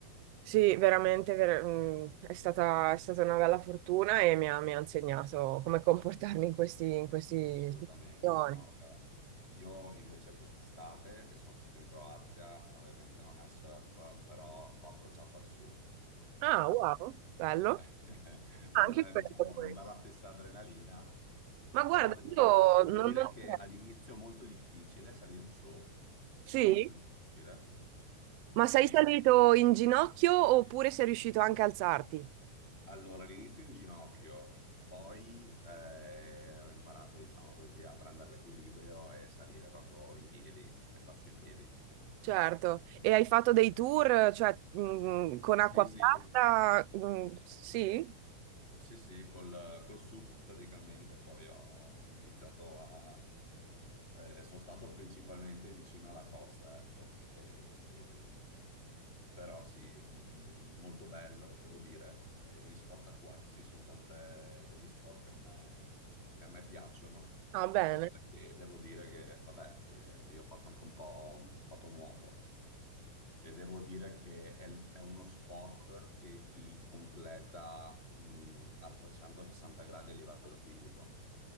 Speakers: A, on the right; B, on the left.
A: Sì, veramente ver- mh, è stata, è stata una bella fortuna e mi ha, mi ha insegnato come comportarmi in questi, in questi
B: assolutamente,
A: situazioni.
B: no, beh. Io invece quest'estate, che sono stato in Croazia, ovviamente non è surf, però ho approcciato al SUP. <laughs>
A: Ah, wow, bello.
B: <laughs>
A: Anche
B: non, è,
A: quello
B: diciamo,
A: poi.
B: non dà la stessa adrenalina,
A: Ma guarda,
B: però devo,
A: io
B: di- devo
A: non...
B: dire
A: non-
B: che all'inizio è molto difficile salire su,
A: Sì?
B: molto difficile.
A: Ma sei
B: Sì,
A: salito
B: sì.
A: in ginocchio oppure sei riuscito anche a alzarti?
B: Allora, all'inizio in ginocchio, poi eh, ho imparato, diciamo così, a prendere l'equilibrio e salire proprio in piedi e star su in piedi.
A: Certo, e hai fatto dei tour, cioè, mh, con acqua
B: Sì, sì,
A: piatta? Mh, sì?
B: Sì, sì, col, col sugo praticamente poi ho iniziato a... eh, sono stato principalmente vicino alla costa, ecco. E- Però sì, mh, molto bello, devo dire. Eh, gli sport acquatici sono sempre degli sport che a me, che a me piacciono,
A: Ah, bene.
B: anche perché devo dire che, vabbè, eh, io ho fatto anche un po' ho fatto nuoto. E devo dire che è, è uno sport che ti completa, mh, a 360 gradi a livello fisico.